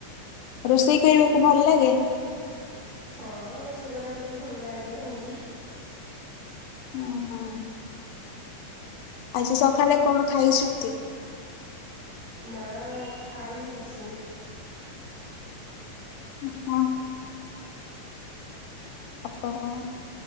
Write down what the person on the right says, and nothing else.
ହଁ ରୋଷେଇ କରିବାକୁ ଟିକେ ଭଲ ଲାଗେ ହିନ୍ଦୀ
ନା ଖାଇନି କିଛି।